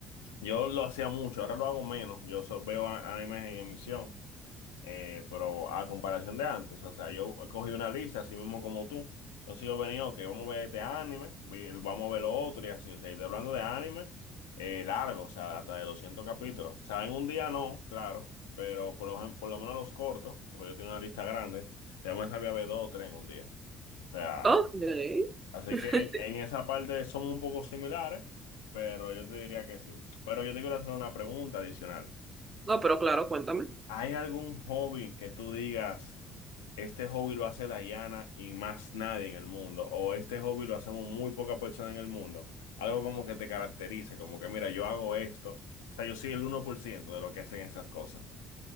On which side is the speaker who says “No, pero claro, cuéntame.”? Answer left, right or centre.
Right